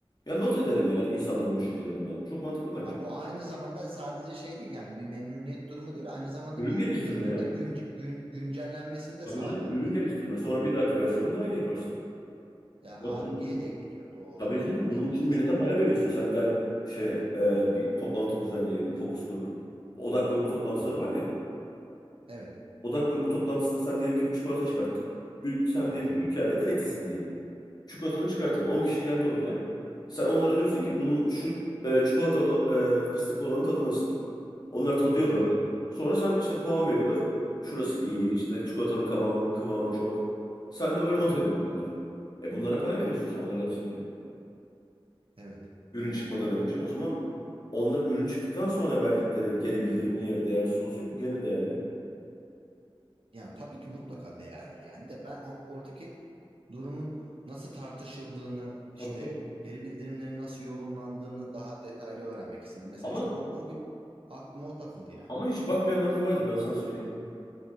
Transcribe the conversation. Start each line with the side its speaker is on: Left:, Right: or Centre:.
Left: Ya not ederim yani insanların düşüncelerini ben. Çok mantıklı bence.
Right: Ha bu aynı zamanda sadece şey değil yani bir memnuniyet durumu değil aynı zamanda
Left: Ürün
Right: bu
Left: geliştirme
Right: ürünün
Left: ya.
Right: de günc- gün, güncellenmesini de
Left: Tabii
Right: sağlayan
Left: canım ürün
Right: bir
Left: geliştirme. Sonra
Right: yol.
Left: bir dahaki versiyonu daha iyi yaparsın.
Right: Yani Ar-Ge'ye
Left: Ya bu,
Right: de gidiyor doğal
Left: tabii
Right: olarak
Left: canım
Right: yani
Left: bunun
Right: ya da
Left: için
Right: neyse
Left: millete
Right: artık.
Left: para veriyorsun. Sen gel şeye e, bir toplantı düzenleyelim. Fokus grup. Odak grubu toplantıları
Right: Hı hı.
Left: var ya.
Right: Evet.
Left: Odak grubu toplantısında sen diyelim ki bir çikolata çıkarttın. Ül- sen
Right: Hı
Left: diyelim
Right: hı.
Left: Ülker ya da Etis'in diyelim. Çikolatanı çıkarttın. on kişi geldi odaya. Sen onlara diyorsun
Right: Hı.
Left: ki bunun şu e, çikolatalı e, fıstıklı olanın tadı nasıl? Onlar tadıyor
Right: Evet.
Left: böyle. Sonra sen işte puan veriyorlar. Şurası iyi,
Right: Hı hı.
Left: işte çikolatanın kıvamı, kıvamı çok. Sen de böyle
Right: Hı
Left: not
Right: hı.
Left: ediyorsun onları. E bunlara para veriyorsun sen onları yapsın diye.
Right: Evet.
Left: Ürün çıkmadan önce. O zaman onlar ürün çıktıktan sonra verdikleri geri bildirim niye değersiz olsun ki? Gene değerli.
Right: Ya tabii ki mutlaka değerli yani de ben o- oradaki durumun nasıl tartışıldığını işte
Left: Tabii tabii.
Right: geri bildirimlerin nasıl yorumlandığını daha detaylı öğrenmek istedim. Mesela
Left: Ama
Right: işte o, o gün aklıma o takıldı yani.
Left: ama hiç bakmayanlar da vardır ben sana söyleyeyim.